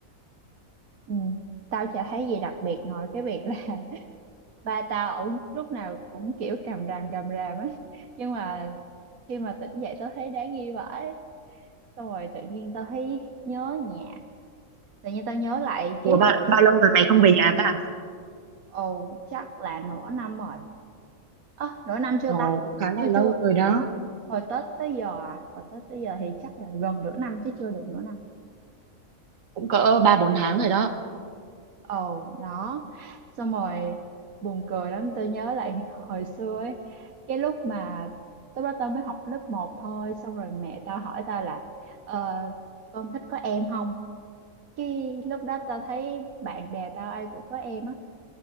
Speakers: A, on the right (about 80°); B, on the right (about 65°).
A: Ừ. Tao chả thấy gì đặc biệt ngoài cái việc là <laughs> ba tao ở lúc nào cũng kiểu càm ràm càm ràm ấy, nhưng mà khi mà tỉnh dậy tao thấy đáng ghi vãi, xong rồi tự nhiên tao thấy nhớ nhà, tự nhiên tao nhớ lại
B: Ủa
A: cái
B: bạn
A: hồi xưa,
B: bao lâu rồi mày không về nhà ta?
A: ồ chắc là nửa năm rồi Ơ, nửa năm chưa
B: Ồ,
A: ta?
B: cũng khá là
A: Chưa
B: lâu
A: chưa.
B: rồi đó,
A: Hồi Tết tới giờ à? Hồi Tết tới giờ thì chắc là gần nửa năm chứ chưa được nửa năm.
B: cũng cỡ ba bốn tháng rồi đó.
A: Ồ, đó. Xong rồi buồn cười lắm. Tôi nhớ lại <laughs> hồi xưa ấy. Cái lúc mà lúc đó tao mới học lớp một thôi. Xong rồi mẹ tao hỏi tao là Ờ, con thích có em không? Cái lúc đó tao thấy bạn bè tao ai cũng có em á.